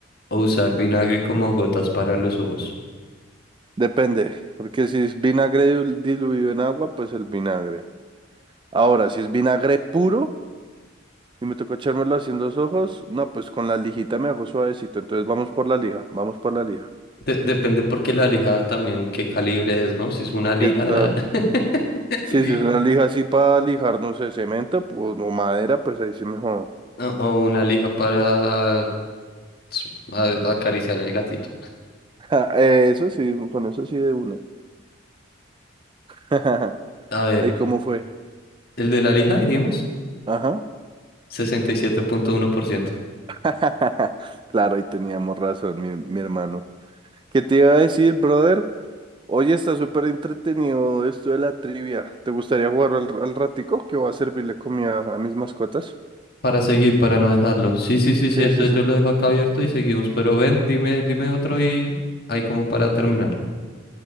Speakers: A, on the left; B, on the right.
A: o usar vinagre como gotas para los ojos.
B: Depende, porque si es vinagre dil- diluido en agua, pues el vinagre. Ahora, si es vinagre puro y me tocó echármelo así en los ojos, no, pues con la lijita me hago suavecito. Entonces vamos por la lija, vamos por la lija.
A: De- depende porque la lija también qué calibre es, ¿no? Si es una lija,
B: ¿Qué tal?
A: <laughs>
B: Sí,
A: lija.
B: si es una lija así para lijar, no sé, cemento pues, o madera, pues ahí sí mejor.
A: O, o una lija para su- a- acariciar al gatito.
B: <laughs> Eh, Eso sí, con eso sí de una. <laughs>
A: A ver,
B: ¿Y cómo fue?
A: el de la lija dijimos.
B: Ajá.
A: sesenta y siete punto uno por ciento
B: <laughs> Claro, ahí teníamos razón, mi, mi hermano. ¿Qué te iba a decir, brother? Oye, está súper entretenido esto de la trivia. ¿Te gustaría jugar al, al ratico que va a servirle comida a mis mascotas?
A: Para seguir, para no dejarlo. Sí, sí, sí, sí.
B: Sí,
A: Entonces
B: sí, sí.
A: yo lo dejo acá abierto y seguimos. Pero ven, dime, dime otro y hay como para terminarla.